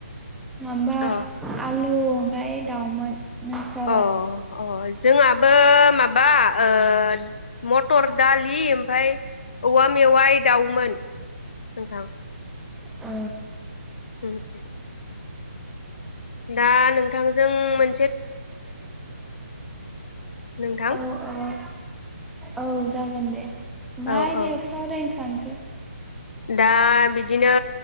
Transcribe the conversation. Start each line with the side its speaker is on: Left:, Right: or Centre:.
Centre: मामबा
Left: अ
Centre: आलु ओमफ्राय दाउमोन नोंस्रालाय
Left: अ अ अ जोंहाबो माबा ओ मटर दालि ओमफाय औवा मेवाइ दाउमोन नोंथां
Centre: ओ
Left: ओम ओम दा नोंथांजों मोन नोंथां
Centre: औ औ औ जागोन दे मा
Left: औ
Centre: आयदायाव
Left: औ
Centre: सावरायनो सान खो
Left: दा बिदिनो